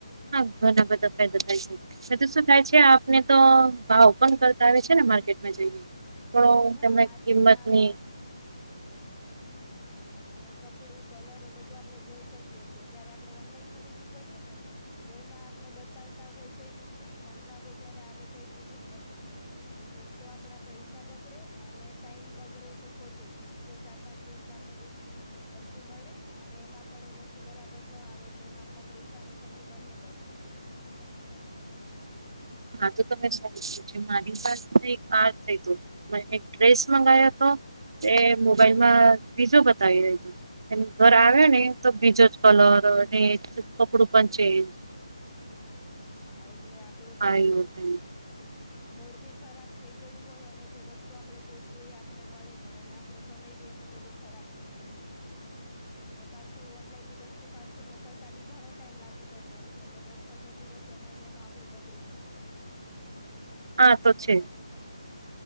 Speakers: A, on the right; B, on the left.
A: હા ઘણા બધા ફાયદા થાય છે. પસી તો શું થાય છે આપને તો ભાવ પણ કરતા આવે છે ને માર્કેટમાં જઈને પણ
B: હા
A: તમને
B: માર્કેટમાં
A: કિંમતની
B: ભાવ અને કપડું કલર એ બધું આપણે જોઈ શકીએ છેએ જયારે આપણે ઓનલાઈન ખરીદી કરીએને તો એમાં આપને બતાવતા હોય કઈ બીજું મંગાવે ત્યારે આવે કઈ બીજી જ વસ્તુ. એટલેક તો આપડા પૈસા બગડે અને ટાઈમ બગડે તો ખોટો જ એક તો ચાર-પાંચ દિવસે આપણે રીત વસ્તુ મળે અને એમાં પણ એ વસ્તુ બરાબર ન આવે એટલે એમાં આપડા પૈસાને અને સમય બંને બગડે. હોય છે, ઓનલાઈનમાં ઘણી વખત
A: હા તો તો પછી <unintelligible> મારી પાસે એક પાસ થઈ ગયું. મે એક ડ્રેસ મંગાવ્યોતો એ મોબાઈલમાં બીજું બતાવી રહ્યો. એમ ઘર આવ ને તો બીજો જ કલર અને કપડું પણ ચેન્જ.
B: હા, એટલે આપડું તો
A: આયું
B: એક તો
A: થયું
B: મૂડભી ખરાબ થઈ ગયું હોય અને જે વસ્તુ આપડે જોઈતી હોય એ આપને મળે નહી અને આ પડો સમય બી એટલો બધો ખરાબ થઈ ગયો હોય. એ પાછી ઓનલાઈનની વસ્તુ પાછી મોકલતા બી ઘણો ટાઈમ લાગી જતો હોય છે એટલે દસ પંદર દિવસ એમાંને એમાં આપડું બગડી જતું હોય.
A: આ
B: એના કરતા
A: છે
B: તો સા આ